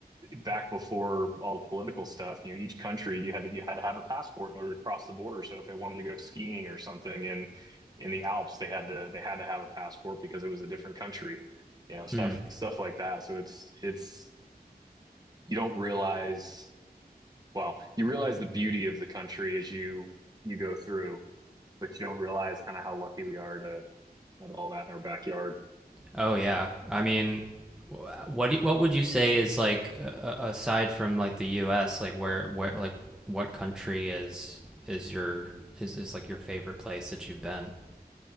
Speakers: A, on the right (about 25°); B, in the centre.
A: back before all the political stuff, you know, each country you had to you had to have a passport in order to cross the border. So if they wanted to go skiing or something in in the Alps, they had to they had to have a passport because it was a different country. You know, stuff
B: hmm
A: stuff like that. So it's it's you don't realize, well, you realize the beauty of the country as you you go through, but you don't realize kind of how lucky we are to have all that in our backyard.
B: Oh yeah. I mean, wh- what do you, what would you say is like uh, aside from like the U.S. like where where like what country is is your is is like your favorite place that you've been?